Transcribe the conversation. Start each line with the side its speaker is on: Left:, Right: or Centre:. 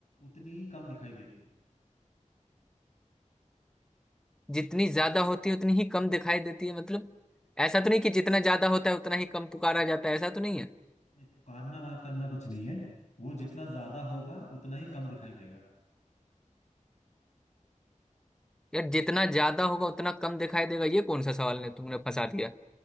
Left: उतनी ही कम दिखाई देती है
Centre: जितनी ज्यादा होती है उतनी ही कम दिखाई देती है मतलब ऐसा तो नहीं कि जितना ज्यादा होता है उतना ही कम पुकारा जाता है ऐसा तो नहीं है
Left: नहीं पुकारना वार करना कुछ नहीं है वो जितना ज्यादा होगा उतना ही कम दिखाई देगा
Centre: यार जितना ज्यादा होगा उतना कम दिखाई देगा ये कौन सा सवाल ने तुमने फंसा दिया